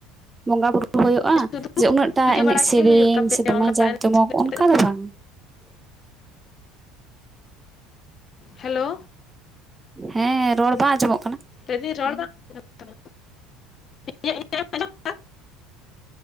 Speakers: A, on the right (about 20°); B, on the left (about 40°).
A: ᱵᱚᱸᱜᱟ ᱵᱩᱨᱩ ᱦᱩᱭᱩᱜ-ᱟ
B: ᱥᱩᱫᱷᱩ
A: ᱡᱮ ᱩᱱᱟᱹᱜ ᱴᱟ
B: ᱯᱩᱡᱟᱹ
A: ᱮᱱᱮᱡ
B: ᱵᱟᱲᱟᱭ
A: ᱥᱮᱨᱮᱧ
B: ᱜᱮ ᱦᱩᱭᱩᱜ ᱛᱟᱯᱮᱭᱟ
A: ᱥᱮ ᱫᱚᱢᱮ
B: ᱚᱱᱠᱟ
A: ᱡᱟᱠ
B: ᱮᱱᱮᱡ
A: ᱡᱚᱢᱚᱠ
B: ᱥᱮᱨᱮᱧ
A: ᱚᱱᱠᱟ
B: ᱠᱟᱛᱮᱫ?
A: ᱫᱚ ᱵᱟᱝ ᱾
B: ᱦᱮᱞᱳ ᱾
A: ᱦᱮᱸ ᱨᱚᱲ ᱵᱟᱝ ᱟᱸᱡᱚᱢᱚᱜ ᱠᱟᱱᱟ?
B: ᱞᱟᱹᱭ ᱮᱫᱟ ᱨᱚᱲ ᱵᱟᱝ ᱠᱟᱱ ᱛᱟᱢᱟ᱾ ᱤᱧᱟᱹᱜ ᱤᱧᱟᱹᱜ ᱮᱢ ᱟᱸᱡᱚᱢ